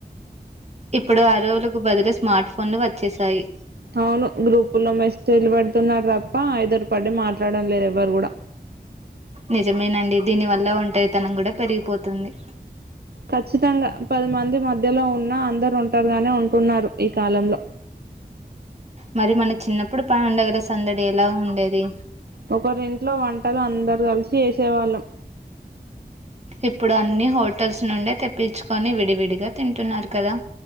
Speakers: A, on the right; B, on the right.
A: ఇప్పుడు ఆరు రోజులకు బదులు స్మార్ట్ ఫోన్లు వచ్చేసాయి
B: అవును గ్రూపు లో మెసేజ్లు పెడుతున్నారు తప్ప ఎదురు పడి మాట్లాడం లేదు ఎవ్వరు కూడా
A: నిజమేనండి దీనివల్ల ఒంటరితనం కూడా పెరిగిపోతుంది
B: ఖచ్చితంగా పది మంది మధ్యలో ఉన్న అందరు ఒంటరిగానే ఉంటున్నారు ఈ కాలంలో
A: మరి మనం చిన్నప్పుడు పని ఉండగలసి అందడి ఎలా ఉండేది
B: ఒకరింట్లో వంటలు అందరు కలిసి ఏసేవాళ్ళం
A: ఇప్పుడు అన్ని హోటల్స్ నుండే తెప్పించుకొని విడివిడిగా తింటున్నారు కదా